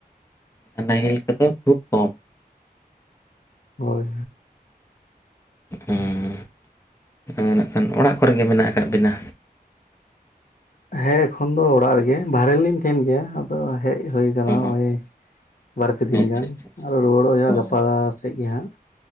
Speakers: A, on the left; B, on the left.
A: ᱱᱟᱦᱮᱞ ᱠᱚᱫᱚ ᱠᱷᱩᱵ ᱠᱚᱢ
B: ᱦᱳᱭ
A: ᱦᱩᱸ ᱦᱮᱸ ᱱᱟᱜ ᱠᱷᱟᱱ ᱚᱲᱟᱜ ᱠᱚᱨᱮᱜ ᱜᱮ ᱢᱮᱱᱟᱜ ᱟᱠᱟᱫ ᱵᱤᱱᱟ?
B: ᱦᱮᱸ ᱮᱠᱷᱚᱱ ᱫᱚ ᱚᱲᱟᱜ ᱨᱮᱜᱮ, ᱵᱟᱨᱦᱮ ᱨᱮ ᱞᱤᱧ ᱛᱟᱦᱮᱱ ᱜᱮᱭᱟ᱾ ᱦᱮᱡ ᱦᱩᱭ ᱟᱠᱟᱱᱟ
A: ᱚ
B: ᱱᱚᱜ ᱵᱟᱨ ᱯᱮ ᱫᱤᱱ
A: ᱟᱪᱪᱷᱟ
B: ᱜᱟᱱ
A: ᱟᱪᱪᱷᱟ ᱟᱪᱪᱷᱟ
B: ᱨᱩᱣᱟᱹᱲᱚᱜ ᱦᱩᱭᱩᱜᱼᱟ
A: ᱚ
B: ᱜᱟᱯᱟ ᱥᱮᱫ ᱜᱮ ᱦᱟᱸᱜ᱾